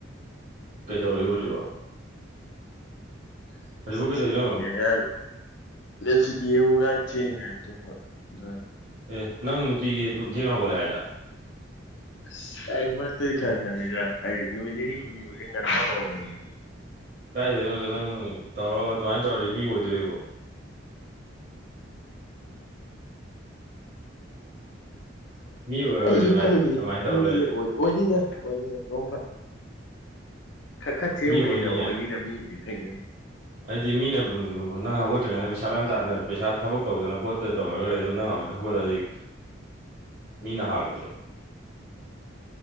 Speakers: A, on the right (about 45°); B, on the left (about 60°).
A: ꯀꯩꯗꯧꯔ
B: ꯎꯝ
A: ꯍꯧꯖꯤꯕꯣ
B: <unintelligible>
A: ꯍꯧꯖꯤꯛꯕꯨ ꯀꯩꯗꯧꯔꯤꯅꯣ
B: ꯂꯦꯞꯁꯤꯗꯤ ꯌꯦꯡꯉꯨꯒ ꯊꯦꯡꯈ꯭ꯔ ꯇꯨꯝꯕ ꯑꯗꯨ
A: ꯑꯦ ꯅꯪ ꯅꯨꯡꯇꯤꯒꯤ ꯑꯗꯨꯝ ꯊꯦꯡꯅ ꯍꯧꯒꯠꯂꯦ ꯍꯥꯏꯗ
B: ꯑꯁ ꯑꯩ ꯃꯥꯇꯥꯔꯗꯤ ꯈꯔꯥ ꯉꯜꯂꯤꯗ ꯑꯩ ꯅꯨꯃꯤꯠ ꯅꯤꯅꯤ ꯍꯨꯝꯅꯤꯕꯨꯗꯤ ꯉꯟꯕ ꯍꯧꯔꯝꯃꯃꯤ
A: ꯀꯥꯏꯗꯅꯣꯗꯣ ꯅꯪ ꯇꯧꯔ ꯑꯗꯨꯃꯥꯏꯅ ꯇꯧꯔꯗꯤ ꯃꯤ ꯑꯣꯏꯗꯣꯔꯤꯕꯣ ꯃꯤ ꯑꯣꯏꯔꯔꯣꯏ
B: ꯑꯩꯁꯨ
A: ꯑꯗꯨꯃꯥꯏꯅ
B: ꯀꯜ ꯂꯩ
A: ꯑꯗꯨꯃꯥꯏꯅ ꯇꯧꯔ
B: ꯃꯤꯖꯦ
A: ꯂꯩꯔꯗꯤ
B: ꯑꯣꯏ ꯑꯣꯏꯅꯤꯗ ꯑꯣꯏꯅꯤꯗ ꯅꯣꯡ ꯐ ꯈꯔ ꯈꯔ ꯊꯦꯡꯕꯅꯤꯗ
A: ꯃꯤ ꯑꯣꯏꯅꯤꯌꯦ
B: ꯑꯣꯏꯅꯤꯗ ꯃꯤꯕꯨꯗꯤ ꯀꯩꯗꯅꯤ
A: ꯑꯩꯗꯤ ꯃꯤꯅ <unintelligible> ꯅꯪ ꯍꯧꯒꯠꯇ꯭ꯔꯤꯉꯩꯗ ꯄꯩꯁꯥ ꯃꯌꯥꯝ <unintelligible> ꯄꯩꯁꯥ ꯊꯕꯛ ꯇꯧꯗꯅ ꯈꯣꯠꯇꯅ ꯇꯧꯅꯈꯔ ꯑꯗꯨ ꯅꯪꯅ ꯍꯧꯖꯤꯛ <unintelligible> ꯃꯤꯅ ꯍꯥꯜꯂꯣꯏꯗ꯭ꯔꯣ